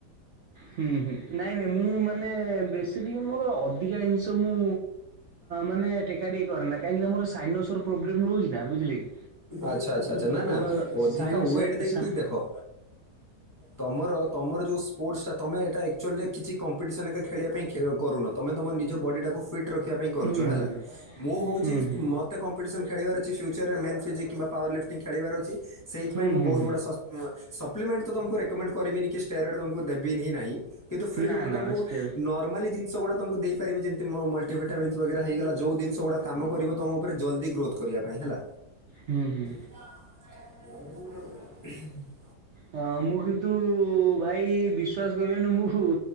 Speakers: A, on the right; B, on the left.
A: ହୁଁ ହୁଁ ନାଇଁ ନାଇଁ ମୁଁ ମେ ମାନେ ବେସ୍କିଲି ମୋର ଅଧିକା ଜିନିଷ ମୁଁ ମାନେ ଟେକା ଟେକି କରେ ନା କହିଁକିନା ଆମ ସାଇନୋସର ପ୍ରୋବ୍ଲେମ୍ ରହୁଛି ନା ବୁଝିଲେ କି।
B: ଆଚ୍ଛା ଆଚ୍ଛା ଆଚ୍ଛା ନା ନା
A: ମୋର
B: ଅଧିକା
A: ସାଇନସ୍
B: ୱେଟ ଦେଇକି
A: ସା
B: ଦେଖ ତୁମର ତମର ସ୍ପୋର୍ଟ୍ସ ତମେ ଏଇଟା ଆକ୍ଚୁଲିରେ କିଛି କମ୍ପିଟିସନ୍ ଏକା ଖେଳିବା ପାଇଁ କରୁନ। ତମେ ତମ ନିଜ ବଡିଟାକୁ ଫଟ୍। ରିଖିବା ପାଇଁ କରୁଛ
A: ହୁଁ
B: ହେଲା
A: ହୁଁ
B: ମୁଁ ହଉଛି
A: ହୁଁ ହୁଁ
B: ମତେ କମ୍ପିଟିସନ ଖେଳିବାର ଅଛି ଫିୟୁଚର ରେ ମେ ପିଜିଙ୍ଗି କିବା ପାୱାର୍ ଲି୍ଟିଙ୍ଗ ଖେଳିବାର ଅଛି ସେଇଥିାଇଁ
A: ହୁଁ
B: ମୁ
A: ହୁଁ
B: ବହୁ
A: ହୁଁ।
B: ଗୁଡ଼ା ସ ହଁ ସପ୍ଲିମେଣ୍ଟ ତମକୁ ରେକମେଣ୍ଡ କରିବେନି କି ଷ୍ଟେରୋଡ଼ ତମକୁ ଦେବିନିଁ ନାହିଁ। କିନ୍ତୁ ଫିରବୀ
A: ନା
B: ମୁଁ
A: ନା
B: ତମକୁ
A: ନା ଷ୍ଟେ
B: ନର୍ମାଲି ଜିନିଷ ଗୁଡା ତମକୁ ଦେଇି ପାରିବି ଯେମତି ମଲ୍ଟିଭିଟାମିସ ବଗେରା ଯୋଉ ଜିନିଷ ଗୁଡା କାମ କରିବ ତମ ଉପରେ ଜଲଦି ଗ୍ରୋଥ କରିବା ପାଇଁ ହେଲା।
A: ହୁଁ ହୁଁ।
B: <unintelligible>
A: ହଁ ମୁଁ କିନ୍ତୁ ଭାଇ ବିଶ୍ଵାସ କରିବନି ମୁଁ